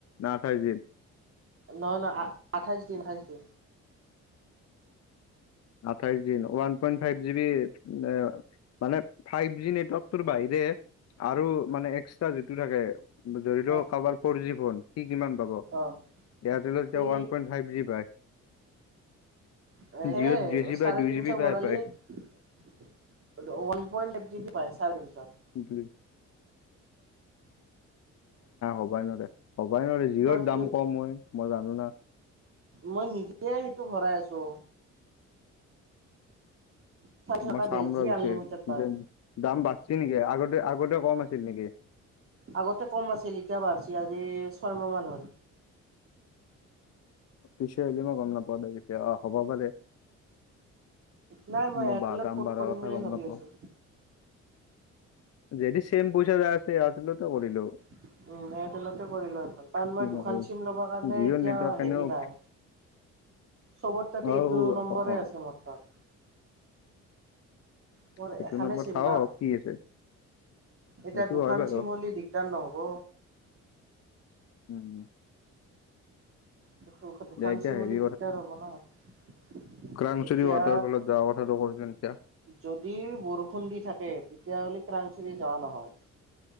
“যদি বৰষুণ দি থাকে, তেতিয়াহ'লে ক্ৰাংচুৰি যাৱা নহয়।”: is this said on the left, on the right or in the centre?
Right